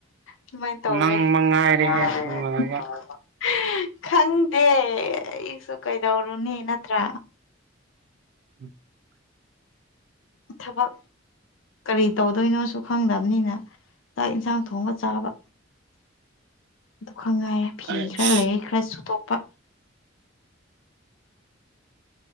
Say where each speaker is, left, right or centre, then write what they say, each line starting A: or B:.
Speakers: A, on the left; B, on the right.
A: ꯁꯨꯃꯥꯏꯟ ꯇꯧꯔꯦ
B: ꯅꯪ ꯃꯉꯥꯏꯔꯦꯍꯦ
A: ꯉꯥꯔꯦ
B: ꯅꯨꯡꯉꯥꯏꯕ
A: ꯅꯨꯉꯥꯏꯕ ꯈꯪꯗꯦ ꯑꯩꯁꯨ ꯀꯩꯗꯧꯔꯨꯅꯤ ꯅꯠꯇ꯭ꯔꯥ
B: <inaudible>
A: ꯊꯕꯛ ꯀꯔꯤ ꯇꯧꯗꯣꯏꯅꯣꯁꯨ ꯈꯪꯗꯕꯅꯤꯅ ꯆꯥꯛ ꯌꯦꯟꯁꯥꯡ ꯊꯣꯡꯉ ꯆꯥꯕ
B: <inaudible>
A: ꯈꯉꯥꯏ ꯐꯤ
B: ꯑꯩꯁ
A: ꯈꯔ ꯂꯩꯌꯦ ꯈꯔ ꯁꯨꯗꯣꯛꯄ